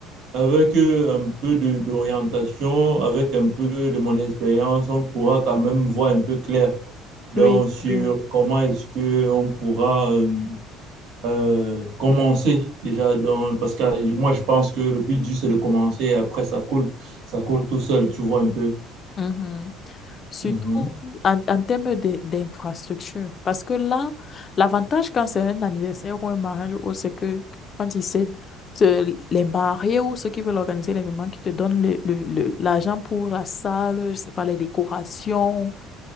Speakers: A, on the right; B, on the left.
A: avec euh, un peu de d'orientation, avec un peu de mon expérience, on pourra quand même voir un peu clair donc
B: Oui,
A: sur
B: oui.
A: comment est-ce que on pourra euh, euh, commencer déjà dans parce que euh, moi je pense que le plus dur c'est de commencer et après ça coule ça coule tout seul tu vois un peu
B: Mhm. Surtout
A: Mhm.
B: en, en termes de- d'infrastructure. Parce que là, l'avantage quand c'est un anniversaire ou un mariage, ou c'est que quand ils se- se- les mariés ou ceux qui veulent organiser l'événement, qui te donnent le- le- le- l'argent pour la salle, je sais pas, les décorations,